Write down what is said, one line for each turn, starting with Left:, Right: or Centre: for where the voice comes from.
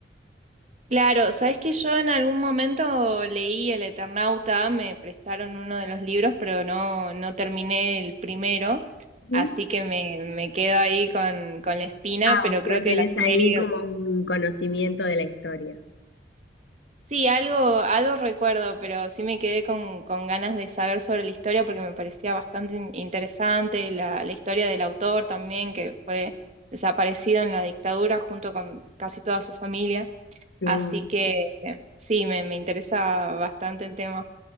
Right: Claro, sabes que yo en algún momento leí El Eternauta, me prestaron uno de los libros, pero no, no terminé el primero,
Left: Ujú.
Right: así que me, me quedo ahí con, con la espina,
Left: Ah,
Right: pero
Left: o sea,
Right: creo que
Left: tenés
Right: la
Left: ahí
Right: serie
Left: como un conocimiento de la historia.
Right: Sí, algo, algo recuerdo, pero sí me quedé con, con ganas de saber sobre la historia porque me parecía bastante in- interesante la, la historia del autor también, que fue desaparecido en la dictadura junto con casi toda su familia.
Left: Sí.
Right: Así que eh, sí, me, me interesa bastante el tema.